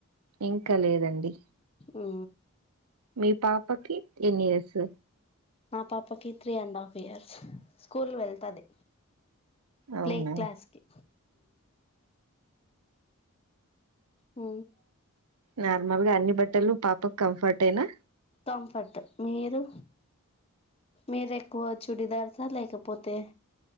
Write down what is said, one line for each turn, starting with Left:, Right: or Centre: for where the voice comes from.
Right: ఇంకా లేదండి
Left: ఉ
Right: మీ పాపకి ఎన్నియర్స్
Left: మా పాపకి three and half years school వెళ్తది
Right: అవునా
Left: ప్లే క్లాస్ కి ఉ
Right: నార్మల్ గా అన్ని బట్టలు పాపకు కంఫర్ట్ అయినా
Left: కంఫర్టే మీరు మీర ఎక్కువ చుడిదార్సా లేకపోతే